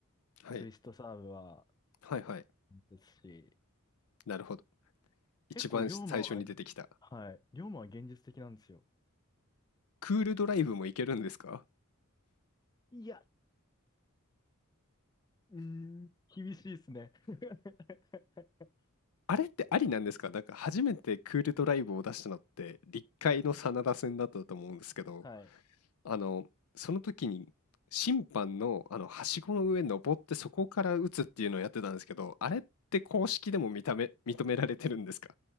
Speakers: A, on the left; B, on the left.
A: な。はい。
B: ツイストサーブは
A: はいはい。
B: ですし、
A: なるほど。
B: 結構龍馬は、
A: 一番最初に出てきた。
B: はい、龍馬は現実的なんですよ。
A: クールドライブもいけるんですか
B: いや、うーん、厳しいですね。<laughs>
A: あれってありなんですか？なんか初めてクールドライブを出したのって、立海の真田戦だったと思うんですけど、
B: はい。
A: あの、その時に審判の、あの、はしごの上に登ってそこから打つっていうのをやってたんですけど、あれって公式でも認め認められてるんですか？